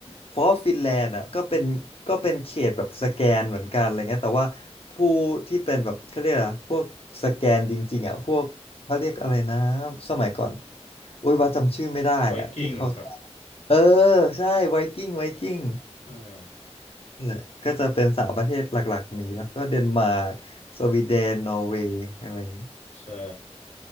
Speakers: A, on the left (about 60°); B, on the left (about 85°).
A: เพราะว่าฟินแลนด์อ่ะก็เป็นก็เป็นเขตแบบสแกนเหมือนกันอะไรเงี้ยแต่ว่าผู้ที่เป็นแบบเขาเรียกอะไรนะพวกสแกนจริงๆอ่ะพวกเขาเรียกอะไรนะสมัยก่อนอุ้ยว่าจำชื่อไม่ได้อ่ะที่เขา
B: ไวกิ้งเหรอครับ
A: เออใช่ไวกิ้งไวกิ้ง
B: อ่า
A: นั่นแหละก็จะเป็นสามประเทศหลักๆนี้เนาะก็เดนมาร์กสวีเดนนอร์เวย์อะไรอย่างงี้
B: ใช่